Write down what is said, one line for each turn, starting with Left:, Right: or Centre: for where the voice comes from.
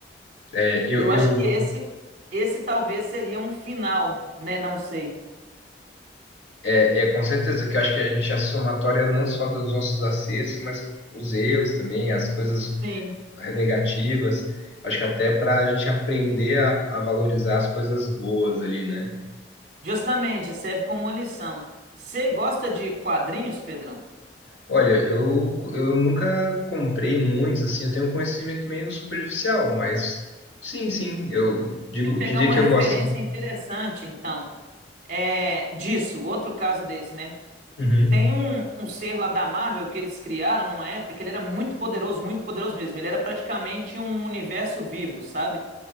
Left: É, eu,
Right: E eu
Left: eu
Right: acho que esse, esse talvez seria um final, né? Não sei.
Left: é, é com certeza que eu acho que a gente é somatória não só dos nossos acertos, mas os erros também, as coisas
Right: Sim.
Left: negativas. Acho que até para a gente aprender a, a valorizar as coisas boas ali, né?
Right: Justamente, serve como uma lição. Você gosta de quadrinhos, Pedrão?
Left: Olha, eu, eu nunca comprei muitos, assim, eu tenho um conhecimento meio superficial, mas sim, sim, eu digo,
Right: pegar
Left: diria
Right: uma
Left: que
Right: referência
Left: eu gosto, sim.
Right: interessante, então, é, disso, outro caso desse, né?
Left: Uhum.
Right: Tem um, um ser lá da Marvel que eles criaram numa época que ele era muito poderoso, muito poderoso mesmo. Ele era praticamente um universo vivo, sabe?